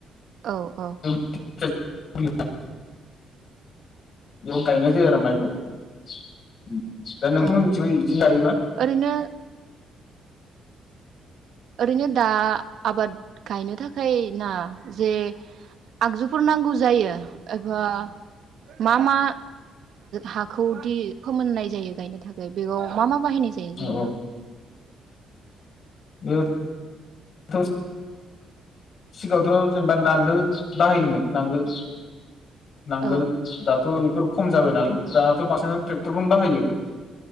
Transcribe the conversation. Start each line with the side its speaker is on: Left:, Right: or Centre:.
Right: औ औ।
Left: बेयाव बेयाव गायनाय जायो आरो माइखौ दा नोंथांमोननिथिबो
Right: औ
Left: बिदिनो गायोबा
Right: ओरैनो ओरैनो दा आबाद गायनो थाखाय ना जे आगजुफोर नांगौ जायो एबा मा मा हाखौदि फोमोननाय जायो गायनो थाखाय बेयाव मा मा। बाहायनाय जायो जेनेबा
Left: औ बे। <unintelligible> सिगाङावथ' जेनेबा नांगोल बाहायोमोन नांगोल नांगोल
Right: औ
Left: दाथ' बेफोर खम जाबाय नालाय दाथ' बांसिन ट्रेक्टरखौनो बाहायो।